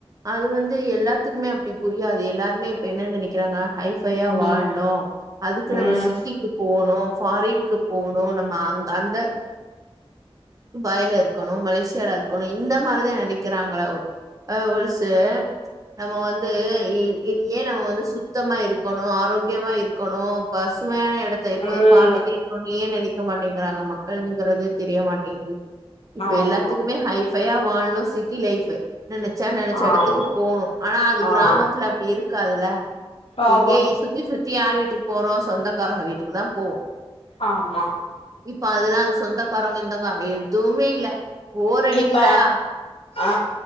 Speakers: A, on the right (about 35°); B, on the left (about 65°).
A: அது வந்து எல்லாத்துக்குமே அப்டி புரியாது எல்லாருமே இப்ப என்ன நெனைக்குறாங்க ஹைஃபையா
B: ம்
A: வாழ்னு அதுக்கு
B: ம்
A: நம்ம சிட்டிக்கு போணு ஃபாரினுக்கு போணு நம்ம அங்க அந்த துபாய்ல இருக்கணு மலேசியால இருக்கணு இந்த மாரிதா நெனைக் க்கிறாங்கள ஒ அ ஒழுசு நம்ம வந்து இ இது ஏன் நம்ம வந்து சுத் தமா இருக்கணு ஆரோக்கியமா இருக்கணு பசுமையான எடத்த எப்போது
B: ம்
A: பாத்து ர்கோனே நெனைக்க மாட்டேங்குறாங்க மக்கள்னுங்கிறது தெரிய மாட்டேங்குது இப்ப
B: ஆமா
A: எல்லாத்துக்குமே ஹைஃபையா வாழ்ணு சிட்டி லைஃபு நெனச்சா நெனச்ச
B: ஆமா
A: எடத்துக்கு போணு ஆனா அது
B: ஆ
A: கிராமத்துல அப்டி இருக்காதுல
B: ஆமா
A: எங்கேயு சுத்தி சுத்தி யாரு வீட்டுக்கு போறோ சொந்தக்காரக வீட்டுக்குதான் போவோ
B: ஆமா
A: இப்ப அதெல்லா அந்த சொந்தக்காரவ்ங்க இந்தங்க எதுவுமே இல்ல போர் அடிக்குதா
B: இப்ப ஆ